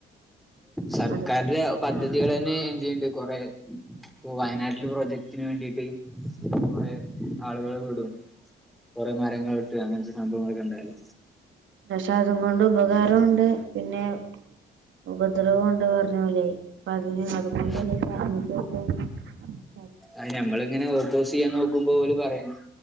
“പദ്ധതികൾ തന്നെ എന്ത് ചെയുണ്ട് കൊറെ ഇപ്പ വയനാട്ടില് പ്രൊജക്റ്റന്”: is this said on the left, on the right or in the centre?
Centre